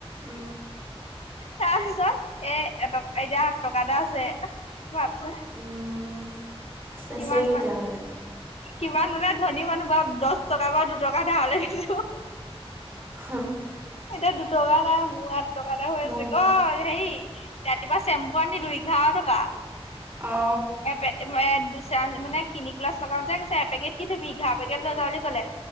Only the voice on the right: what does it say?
উম',
উম', চেচেই
তেতিয়াহ'লে
হোম',
মোক
অ